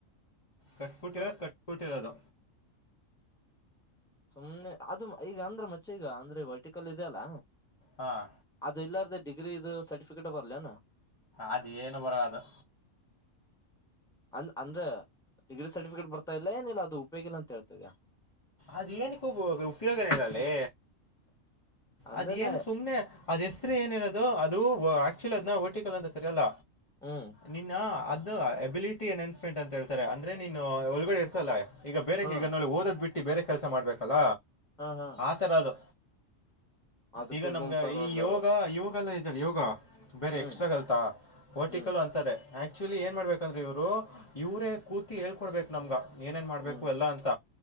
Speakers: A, on the left; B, in the centre.
A: ಕಟ್ಬಿಟ್ಟಿರೋದು
B: ಸೊ
A: ಕಟ್ಬಿಟ್ಟಿರೋದು
B: ಸುಮ್ಮ್ನೆ ಅದು ಈಗ ಅಂದ್ರೆ ಮಚ್ಚೆ ಈಗ ಅಂದ್ರೆ ವರ್ಟಿಕಲ್ ಇದೆ ಅಲ್ಲ
A: ಹಾಂ
B: ಅದು ಇಲ್ಲಾರ್ದ ಡಿಗ್ರಿದು ಸರ್ಟಿಫಿಕೇಟ್ ಬರ್ಲೆನಾ
A: ಅದ ಏನು ಬರಲ್ಲ ಅದು
B: ಅಂದ ಅಂದ್ರೆ ಡಿಗ್ರಿ ಸರ್ಟಿಫಿಕೇಟ್ ಬರ್ತಾ ಇಲ್ಲ ಏನ ಇಲ್ಲ ಅದು ಉಪಯೋಗಿಲ್ಲ ಅಂತ ಹೇಳ್ತೀಯ
A: ಅದ್ ಏನಕ್ಕೂಬ ಉಪಯೋಗನಲ್ಲಿ
B: ಅಂದ್ರೆ
A: ಅದೇಏನು
B: ನ
A: ಸುಮ್ಮ್ನೆ ಅದ ಹೆಸರು ಏನಿರೋದು ಅದು ಆಕ್ಚುಲಿ ಅದ್ನ ವರ್ಟಿಕಲ್ ಅಂತ ಕರಿಲ್ಲ
B: ಹ್ಮ್
A: ನಿನ್ನ ಅದು ಎಬಿಲಿಟಿ ಎನೌನ್ಸ್ಮೆಂಟ್ ಅಂತ ಹೇಳ್ತಾರೆ ಅಂದ್ರೆ ನೀನು ಒಳಗಡೆ ಇರ್ತಲ್ಲ ಈಗ ಬೇರೆ
B: ಹಾ
A: ಈಗ ನಲ್ಲಿ ಓದೋದ್ ಬಿಟ್ಟು ಬೇರೆ ಕೆಲಸ ಮಾಡ್ಬೇಕಲ್ಲ
B: ಹಾ ಹಾ
A: ಆತರ ಅದು
B: ಅದಕ್ಕೆ
A: ಈಗ ನಮ್ಗ
B: ಗುಮ್ತಾರಲ್ಲ
A: ಈ ಯೋಗ ಯೋಗ ಎಲ್ಲ ಇದಿಯಲ್ಲ ಯೋಗ ಬೇರೆ
B: ಹ್ಮ್
A: ಎಕ್ಸ್ಟ್ರಾಗಲತಾ ವರ್ಟಿಕಲ್
B: ಹ್ಮ್
A: ಅಂತದೆ ಆಕ್ಚುಲಿ ಏನ್ ಮಾಡ್ಬೇಕಂದ್ರೆ ಇವ್ರು ಇವ್ರೇ ಕೂತಿ ಹೇಳ್ಕೊಡ್ಬೇಕ ನಮ್ಗ ಏನೇನು ಮಾಡಬೇಕು
B: ಹ್ಮ್
A: ಎಲ್ಲ ಅಂತ